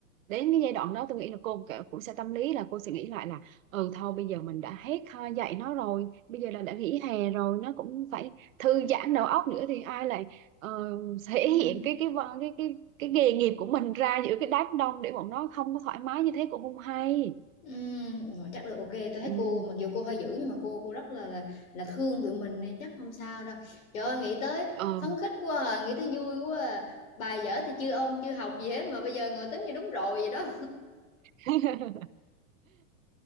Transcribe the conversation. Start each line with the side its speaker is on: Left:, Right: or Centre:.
Right: đến cái giai đoạn đó tôi nghĩ là cô cả- cũng sẽ tâm lý là cô sẽ nghĩ lại là ừ thôi bây giờ mình đã hết ờ, dạy nó rồi bây giờ là đã nghỉ hè rồi nó cũng phải thư giãn đầu óc nữa thì ai lại ờ, thể
Left: Ừ.
Right: hiện cái cái vợ- cái cái cái nghề nghiệp của mình ra giữa cái đám đông để bọn nó không có thoải mái như thế cũng không hay
Left: Ừ, rồi chắc được ok tôi thấy
Right: ừ.
Left: cô mặc dù cô hơi dữ nhưng mà cô cô rất là là là thương tụi mình nên chắc không sao đâu. Trời ơi nghĩ tới
Right: Ờ
Left: phấn khích quá, à, nghĩ tới vui quá. à. Bài dở thì chưa ôn chưa học gì hết mà bây giờ ngồi tính như đúng rồi vậy đó.
Right: <laughs>